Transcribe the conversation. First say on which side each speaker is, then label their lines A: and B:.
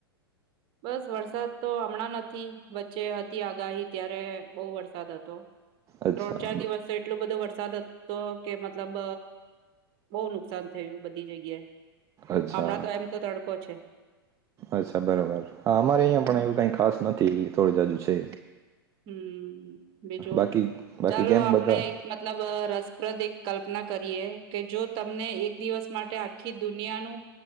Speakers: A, on the right; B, on the right.
A: બસ વરસાદ તો હમણાં નથી વચ્ચે હતી આગાહી ત્યારે બઉ વરસાદ હતો.
B: અચ્છા
A: ત્રણ ચાર
B: બ-
A: દિવસ. તો એટલો બધો વરસાદ હતો કે મતલબ બઉ નુકસાન થયું બધી જગ્યાએ.
B: અચ્છા
A: હમણાં તો એમ તો તડકો છે
B: અચ્છા બરાબર. હાં અમારે અહીંયાં
A: હમ
B: પણ એવું કંઈ ખાસ નથી થોડી હજુ છે.
A: હમ્મ બીજું
B: બાકી બાકી
A: ચાલો
B: કેમ
A: આપણે.
B: બધા
A: મતલબ રસપ્રદ એક કલ્પના કરીએ. કે જો તમને એક દિવસ માટે આખી દુનિયાનું